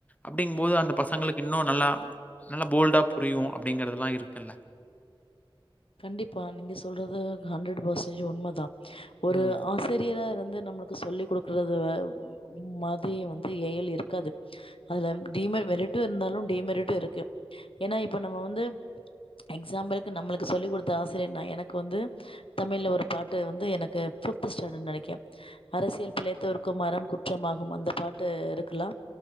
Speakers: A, on the left; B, on the left.
A: அப்டிங்கும் போது அந்த பசங்ளுக்கு இன்னு நல்லா நல்லா போல்டா புரியு அப்டிங்கிறதுலா இருக்குல்ல
B: கண்டிப்பா நீங்க சொல்றது ஹண்ட்ரடு பர்சேன்ஜ் உண்மதா ஒரு
A: ம்.
B: ஆசிரியராருந் வந்து நம்மளுக்கு சொல்லி் குடுக்குறது வ மதிய வந்து ஏயல் இருக்காது அதுல டீமே வெறேட்டு இருந்தாலு டீமெரிட்டு இருக்கு ஏனா இப்ப நம்ம வந்து எக்ஸாம்பிலுக்கு நம்மளுக்கு சொல்லிக் குடுத்த ஆசிரியர் நா எனக்கு வந்து தமிழ்ல ஒரு பாட்டு வந்து எனக்கு ஃபிப்த் ஸ்டாண்டர்ட் நெனைக்க அரசியல் பிழைத்தவர்க்கும் மரம் குற்றம்மாகும் அந்த பாட்டு இருக்கலா